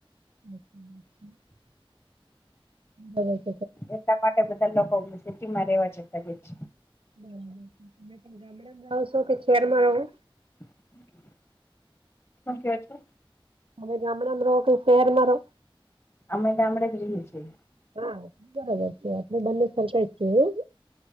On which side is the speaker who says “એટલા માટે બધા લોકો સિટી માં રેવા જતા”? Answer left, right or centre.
Left